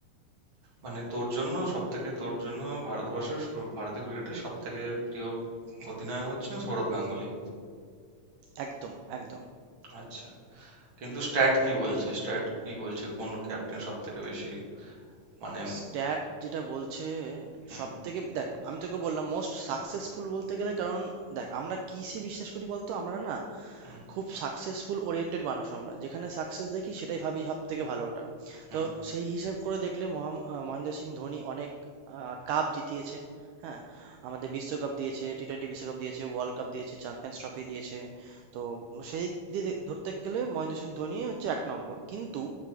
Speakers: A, on the right; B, on the right.
A: মানে তোর জন্য সব থেকে তোর জন্য ভারতবর্ষের স- ভারতীয় ক্রিকেটের সব থেকে প্রিয় অধিনায়ক হচ্ছেন সৌরভ গাঙ্গুলি
B: একদম একদম
A: আচ্ছা কিন্তু স্ট্যাট কি বলছে স্ট্যাট কি বলছে কোন ক্যাপ্টেন সব থেকে বেশি মানে
B: স্ট্যাট যেটা বলছে
A: হুম
B: সব থেকে দেখ আমি তোকে বললাম মোস্ট সাকসেসফুল বলতে গেলে কারণ দেখ আমরা কিসে বিশ্বাস করি বলতো আমরা না
A: হুম
B: খুব সাকসেসফুল ওরিয়েন্টেড মানুষ আমরা যেখানে সাকসেস দেখি সেটাই ভাবি সব থেকে ভালো ওটা
A: হুম
B: তো সেই হিসেব করে দেখলে মহাম- আহ, মহেন্দ্র সিং ধোনি অনেক কাপ জিতিয়েছে হ্যাঁ আমাদের বিশ্বকাপ দিয়েছে টি টোয়েন্টি বিশ্বকাপ দিয়েছে ওয়ার্ল্ড কাপ দিয়েছে চ্যাম্পিয়ন্স ট্রফি দিয়েছে তো সেই দিক দিয়ে দে- ধরতে গেলে মহেন্দ্র সিং ধোনি হচ্ছে এক নম্বর কিন্তু